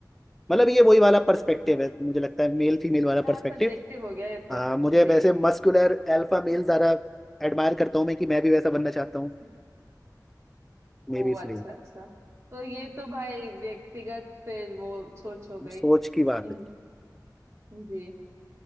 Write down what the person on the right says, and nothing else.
अच्छा
हाँ
सब्जेक्टिव हो गया ये तो
जी
अच्छा
ओ
अच्छा अच्छा तो ये तो भाई व्यक्तिगत फिर वो सोच हो गई
हम्म,
जी